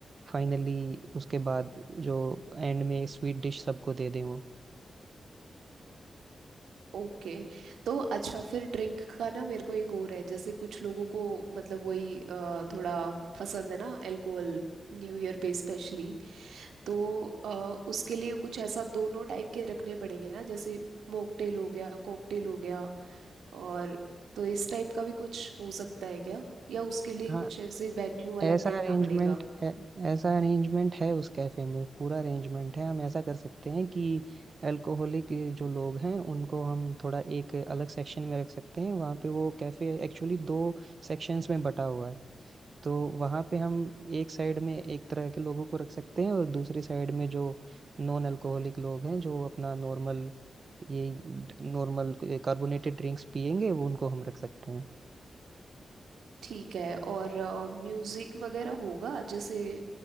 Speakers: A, on the right; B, on the right.
A: फाइनली उसके बाद जो एंड में स्वीट डिश सबको दे दें वो
B: ओके तो अच्छा फिर ड्रिंक का ना मेरे को एक और है जैसे कुछ लोगों को मतलब वही अ, थोड़ा पसंद है ना अल्कोहल न्यू ईयर पे स्पेशली तो अ, उसके लिए कुछ ऐसा दोनों टाइप के रखने पड़ेंगे ना जैसे मॉकटेल हो गया कॉकटेल हो गया और तो इस टाइप का भी कुछ हो सकता है क्या या उसके लिए
A: हाँ
B: कुछ ऐसे वेन्यू अलग
A: ऐसा
B: देखना
A: अरेंजमेंट
B: पड़ेगा
A: ऐसा अरेंजमेंट है उस कैफे में पूरा अरेंजमेंट है हम ऐसा कर सकते हैं कि अल्कोहलिक जो लोग हैं उनको हम थोड़ा एक अलग सेक्शन में रख सकते हैं वहाँ पे वो कैफे एक्चुअली दो सेक्शंस में बटा हुआ है तो वहाँ पे हम एक साइड में एक तरह के लोगों को रख सकते हैं और दूसरी साइड में जो नॉन अल्कोहलिक लोग हैं जो अपना नॉर्मल ये नॉर्मल कार्बोनेटेड ड्रिंक्स पियेंगे वो उनको हम रख सकते हैं
B: ठीक है और म्यूजिक वगैरह होगा जैसे अ,